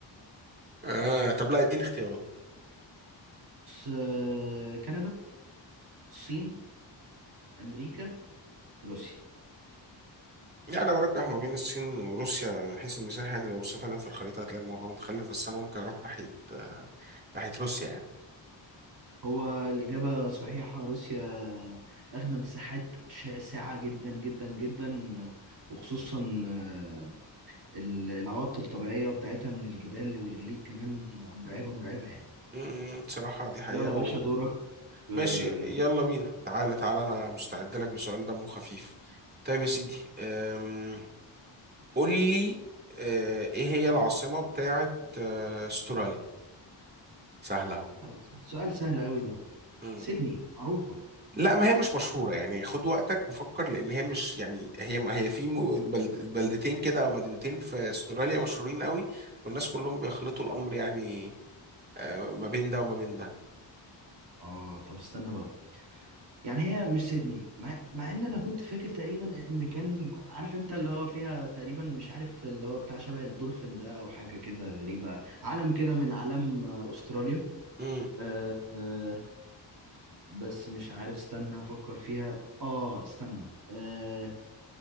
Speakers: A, on the right; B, on the right.
A: آه طب لا اديني اختيارات
B: آه، كندا الصين امريكا روسيا
A: يعني انا برجح ما بين الصين وروسيا من حيث المساحه يعني لو بصيت عليهم في الخريطه هتلاقي الموضوع متخلف بس انا ممكن اروح ناحيه آه، ناحيه روسيا يعني
B: هو الاجابه صحيحه روسيا اخدة مساحات شاسعه جدا جدا جدا آه، وخصوصا آه، ال- العوائق الطبيعيه بتاعتها من الجبال والجليد كمان آه، مرعبه مرعبه يعني
A: امم بصراحه دي حقيقه
B: يلا باشا
A: و...
B: دورك آه،
A: ماشي يلا بينا تعالى تعالى انا مستعد لك بسؤال دمه خفيف طيب يا سيدي أم... قول لي آه، ايه هي العاصمه بتاعه آه، استراليا سهله
B: طب- سؤال سهل قوي ده
A: اهو
B: سيدني معروفة
A: لا ما هي مش مشهورة يعني خد وقتك وفكر لأن هي مش يعني هي ما هي في م- بلد بلدتين كده أو مدينتين في أستراليا مشهورين قوي والناس كلهم بيخلطوا الأمر يعني آه، ما بين ده وما بين ده
B: اه طب استنى بقى يعني هي مش سيدني مع, مع ان انا كنت فاكر تقريبا ان كان عارف انت اللي هو فيها تقريبا مش عارف اللي هو بتاع شبه الدولفين ده او حاجة كده غريبة علم كده من اعلام آه، استراليا
A: امم
B: آه آه بس مش عارف استنى افكر فيها اه استنى آه